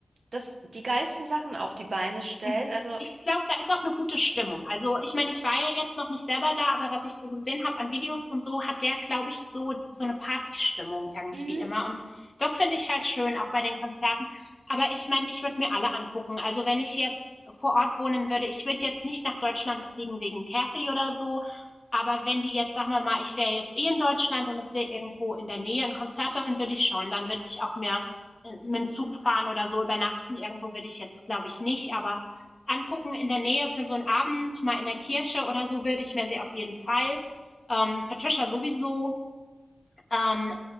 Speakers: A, on the right; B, on the left.
A: das, die geilsten Sachen auf die Beine stellen.
B: Und
A: Also,
B: ich glaube, da ist auch eine gute Stimmung. Also, ich meine, ich war ja jetzt noch nicht selber da, aber was ich so gesehen habe an Videos und so, hat der, glaube ich, so, so eine Partystimmung irgendwie
A: mhm.
B: immer. Und das finde ich halt schön, auch bei den Konzerten. Aber ich meine, ich würde mir alle angucken. Also, wenn ich jetzt vor Ort wohnen würde, ich würde jetzt nicht nach Deutschland fliegen wegen Kathy oder so. Aber wenn die jetzt, sagen wir mal, ich wäre jetzt eh in Deutschland und es wäre irgendwo in der Nähe ein Konzert, dann würde ich schon. Dann würde ich auch mehr äh, mit dem Zug fahren oder so übernachten. Irgendwo würde ich jetzt, glaube ich, nicht. Aber angucken in der Nähe für so einen Abend, mal in der Kirche oder so, würde ich mir sie auf jeden Fall. Ähm, Patricia sowieso. Ähm,